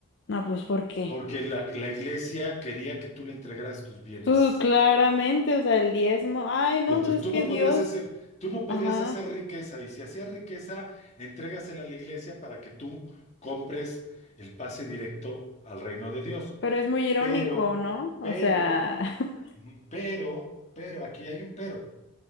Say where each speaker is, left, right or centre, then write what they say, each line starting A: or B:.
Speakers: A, on the left; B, on the left.
A: No, pues ¿por qué?
B: Porque la, la iglesia quería que tú le entregaras tus bienes.
A: Tú claramente, o sea, el diezmo, ay, no,
B: Entonces
A: pues es
B: tú
A: que
B: no
A: Dios,
B: podías hacer, tú no podías
A: ajá,
B: hacer riqueza y si hacías riqueza, entrégasela a la iglesia para que tú compres el pase directo al reino de Dios.
A: pero es muy irónico,
B: Pero,
A: ¿no? O
B: pero,
A: sea... <laughs>
B: ujú, pero, pero, aquí hay un pero.